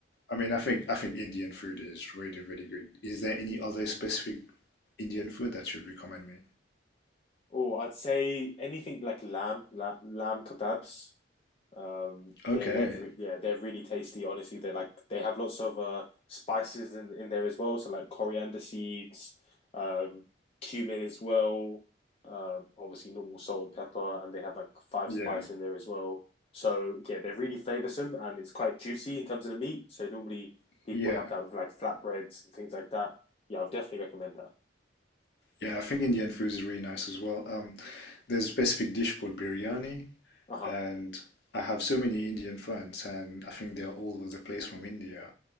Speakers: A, on the left; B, on the left.
A: I mean, I think I think Indian food is really, really good. Is there any other specific Indian food that you'd recommend me?
B: Oh, I'd say anything like lamb, la lamb kebabs. Um,
A: Okay.
B: they they're re yeah they're really tasty. Honestly, they like they have lots of uh spices in in there as well. So like coriander seeds, um, cumin as well. Um, obviously normal salt and pepper, and they have like five
A: Yeah.
B: spice in there as well. So yeah, they're really flavoursome and it's quite juicy in terms of the meat. So normally people
A: Yeah.
B: have that with like flatbreads and things like that. Yeah, I would definitely recommend that.
A: Yeah, I think Indian food is really nice as well. Um, There's a specific dish called biryani,
B: Uh-huh.
A: and I have so many Indian friends, and I think they are all over the place from India.